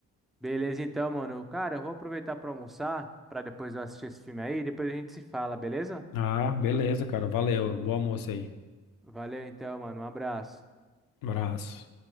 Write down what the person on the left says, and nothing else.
Ah, beleza, cara, valeu, bom almoço aí,
abraço.